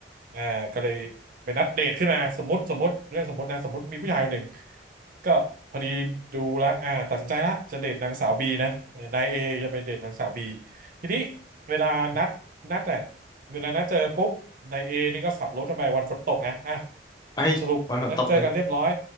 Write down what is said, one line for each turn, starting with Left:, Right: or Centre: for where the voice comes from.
Right: อ่าก็เลยไปนัดเดทขึ้นมาสมมติสมมติเรื่องสมมตินะสมมติมีผู้ชายคนหนึ่งก็พอดีดูละอ่าตัดสินใจละจะเดทนางสาวบีนะเออนายเอจะไปเดทนางสาวบีทีนี้เวลานัดนัดอ่ะเวลานัดเจอปุ๊บนายเอนี่ก็ขับรถเข้าไปวันฝนตกนะอ่ะ
Left: เอ้ยวันฝนตกเลย
Right: สรุปนัดเจอกันเรียบร้อย